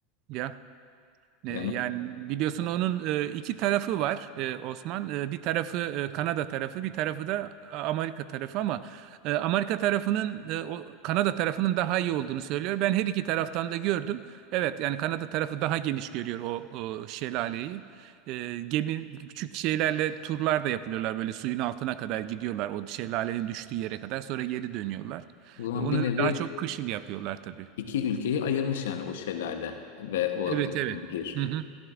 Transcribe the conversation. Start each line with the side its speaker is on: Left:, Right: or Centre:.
Right: Ya. E,
Left: Yani
Right: Yani biliyorsun
Left: o
Right: onun e, iki tarafı var e, Osman. E, Bir tarafı e, Kanada tarafı, bir tarafı da e, Amerika tarafı ama e, Amerika tarafının e, o Kanada tarafının daha iyi olduğunu söylüyor. Ben her iki taraftan da gördüm. Evet yani Kanada tarafı daha geniş görüyor o, o şelaleyi. E, Gemi küçük şeylerle turlar da yapılıyorlar böyle suyun altına kadar gidiyorlar o şelalenin düştüğü yere kadar sonra geri dönüyorlar.
Left: o zaman
Right: E, Onu
Left: bir nevi
Right: da daha çok kışın yapıyorlar tabii.
Left: iki ülkeyi ayırmış yani o şelale ve o
Right: Evet
Left: e,
Right: evet.
Left: nehir.
Right: Hı hı.